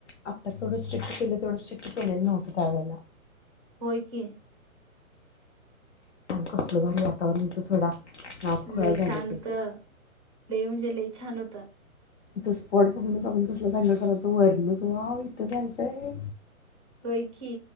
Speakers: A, on the left (about 55°); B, on the right (about 25°).
A: आता केवढं स्ट्रिक्ट केलं, तेवढं स्ट्रिक्ट केलेलं नव्हतं त्यावेळेला.
B: होय कि.
A: कसलं भारी वातावरण होत सोडा. नाच खोळा
B: लई
A: झालं
B: छान
A: ते
B: होत. लई म्हणजे लई छान होतं.
A: तो स्पॉट बघूनच आपण कसला दंगा करालतो वरनच, वाव इथ जायचंय.
B: होय की.